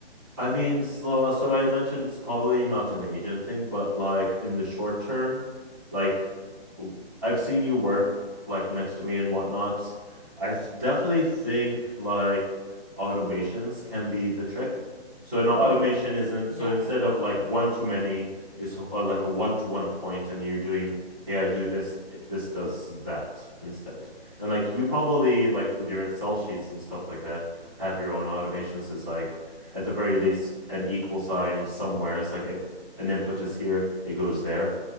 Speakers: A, on the right; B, on the left.
A: I mean, so, so I mentioned it's probably not an agent thing, but like in the short term, like w- I've seen you work like next to me and whatnot. I th- definitely think like automations can be the trick. So an
B: hmm
A: automation isn't,
B: Yeah,
A: so instead
B: definitely.
A: of like one to many, it's or like a one to one point and you're doing, hey, I do this, this does that instead. And like you probably like with your Excel sheets and stuff like that, have your own automations. It's like, at the very
B: hmm
A: least an equal sign somewhere. It's like if an input is here, it goes there.